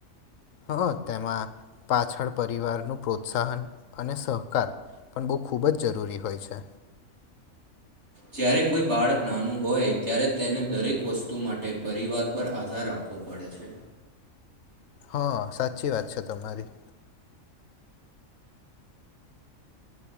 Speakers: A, on the left (about 75°); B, on the right (about 55°).
A: હ તેમાં પાછળ પરિવાર નું પ્રોત્સાહન અને સહકાર પણ બહુ ખૂબ જ જરૂરી હોય છે
B: જ્યારે કોઈ બાળક નાનું હોય ત્યારે તેને દરેક વસ્તુ માટે પરિવાર પર આધાર આપો ઓખવો પડે છે
A: હા સાચી વાત છે તમારી